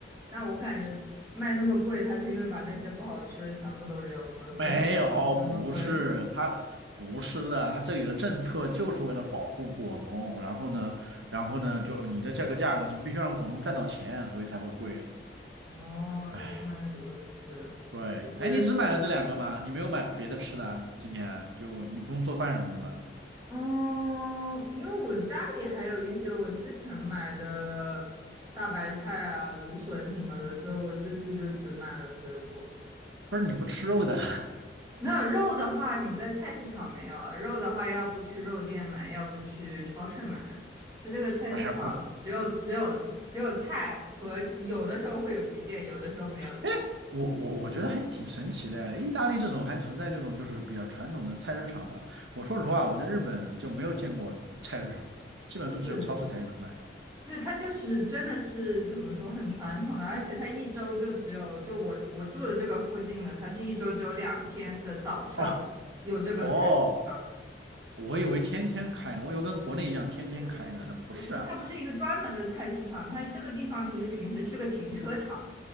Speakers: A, on the right; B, on the right.
A: 那我感觉卖那么贵，它是因为把那些不好吃的全部都扔了，所以
B: 没有，
A: 才那么贵。
B: 不是，它不是的，它这里的政策就是为了保护果农，然后呢，然后呢，就你的这个价格，你必须让果农赚到钱，所以才会贵。
A: 哦，
B: 哎
A: 原来如此。
B: 对，
A: 就是
B: 哎，你只买了这两个吗？你没有买别的吃的啊？今年就你不用做饭什么的吗？
A: 嗯，因为我家里还有一些我之前买的大白菜啊、芦笋什么的，所以我这次就只买了水果。
B: 不是，你不吃肉的？
A: 没有肉的话，你在菜市场没有啊？肉的话，要不去肉店买，要不去超市买啊。它这个菜市场只有只有只有菜和有的时候会有鱼店，
B: <laughs> 哎呀，
A: 有的时候没有鱼
B: 哎，我我我觉得还挺神奇的，意大利这种还存在这种就是比较传统的菜市场嘛。我说实话，
A: 是的。
B: 我在日本就没有见过菜市场，基本上都只有超市才有人卖。
A: 对对，它就是真的是怎么说，很传统的，而且它一周就只有就我我住的这个附近的，它是一周只有两天的早上有这个菜市场，
B: 哦，哦，我以为天天开呢，我以为跟国内一样天天开呢，
A: 是
B: 那不是啊。
A: 不是？它不是一个专门的菜市场，它这个地方其实平时是个停车场。